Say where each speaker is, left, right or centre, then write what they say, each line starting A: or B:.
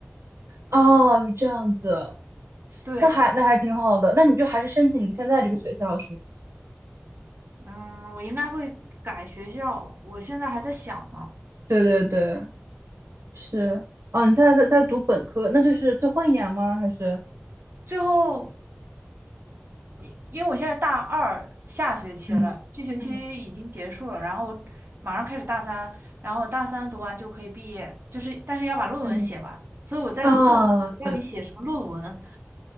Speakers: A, on the right (about 80°); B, on the right (about 55°).
A: 哦，是这样子，
B: 对，
A: 那还那还挺好的。那你就还是申请你现在这个学校是吗？
B: 嗯，我应该会改学校，我现在还在想呢。
A: 对对对，是。哦，你现在在在读本科，那就是最后一年吗？还是？
B: 最后。我因为我现在大二下学期了，
A: 嗯嗯
B: 这学期已经结束了，然后马上开始大三，然后大三读完就可以毕业，就是但是要把论文写完，
A: 嗯，
B: 所以我在构思我到底写什么论文。
A: 啊，对，